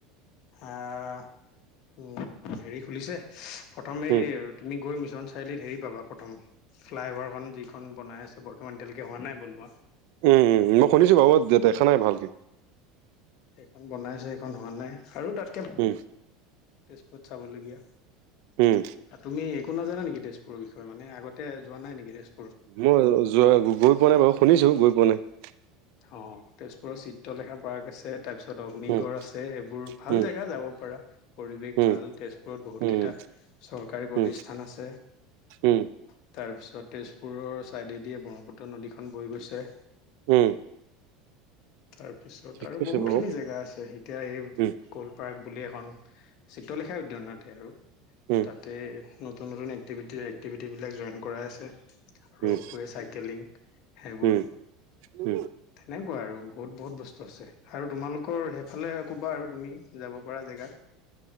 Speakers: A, on the left; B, on the right.
A: আহ উ হেৰি খুলিছে প্ৰথমেই
B: উম
A: তুমি গৈ মিছন চাৰিআলিত হেৰি পাবা প্ৰথম ফ্লাই অভাৰখন যিখন বনাই আছে বৰ্তমান এতিয়ালৈকে হোৱা নাই বনোৱা
B: উম উম মই শুনিছো বাৰু দেখা নাই ভালকে
A: সেইখন বনাইছে সেইখন হোৱা নাই আৰু তাতকে
B: উম
A: তেজপুৰত চাবলগীয়া
B: উম
A: তুমি একো নাজানা নেকি তেজপুৰৰ বিষয়ে মানে আগতে যোৱা নাই নেকি তেজপুৰ
B: মই যোৱা গৈ পোৱা নাই বাৰু শুনিছো গৈ পোৱা নাই
A: অ তেজপুৰৰ চিত্ৰলেখা পাৰ্ক আছে তাৰ পিছত অগ্নিগড়
B: উম
A: আছে এইবোৰ ভাল
B: উম
A: জেগা যাব পৰাাৰা পৰিৱেশ
B: উম
A: ভাল তেজপুৰত বহুতকেইটা
B: উম
A: চৰকাৰী প্ৰতিষ্ঠান
B: উম
A: আছে
B: উম,
A: তাৰপিছত তেজপুৰৰ ছাইডেদিয়ে ব্ৰহ্মপুত্ৰ নদীখন বৈ গৈছে
B: উম
A: তাৰপিছত
B: ঠিক
A: আৰু
B: আছে
A: বহুত
B: বাৰু।
A: খিনি জেগা আছে এতিয়া এই
B: উম,
A: কলপাৰ্ক বুলি এখন চিত্ৰলেখা উদ্যয়ানতে আৰু
B: উম,
A: তাতে নতুন নতুন এক্টিভিটি এক্টিভিটিবিলাক জইন কৰাই আছে ৰোপৱে
B: উম,
A: চাইকেলিং সেইবোৰ
B: উম, উম।
A: তেনেকুৱা আৰু বহুত বহুত বস্তু আছে আৰু তোমালোকৰ সেইফালে ক'বা আৰু তুমি যাব পৰা জেগা <inaudible>